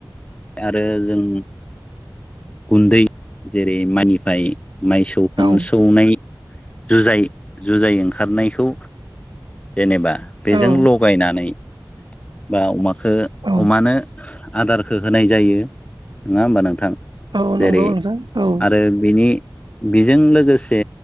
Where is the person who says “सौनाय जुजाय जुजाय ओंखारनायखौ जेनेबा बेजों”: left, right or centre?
Left